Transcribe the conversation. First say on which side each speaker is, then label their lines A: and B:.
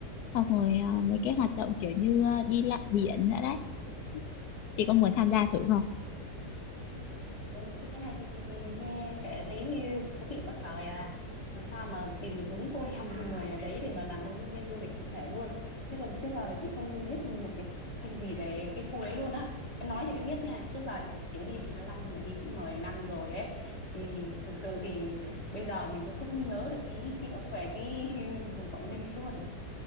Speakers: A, on the left (about 75°); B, on the left (about 20°).
A: xong rồi à, mấy cái hoạt động kiểu như à, đi lặn biển nữa đấy chị có muốn tham gia thử không
B: Ừ, cái này thì nghe em kể thấy như thú vị quá trời à làm sao mà tìm được đúng cô em <laughs> người ở đấy để mà làm hướng dẫn viên du lịch cụ thể luôn chứ còn trước giờ là chị không biết một cái cái gì về cái khu đấy luôn á em nói thì mới biết nha trước giờ chị đi Vịnh Hạ Long mà đi cũng 10 năm rồi ấy thì thực sự thì bây giờ mình cũng không nhớ được cái ký ức về cái <laughs> vùng Quảng Ninh ấy luôn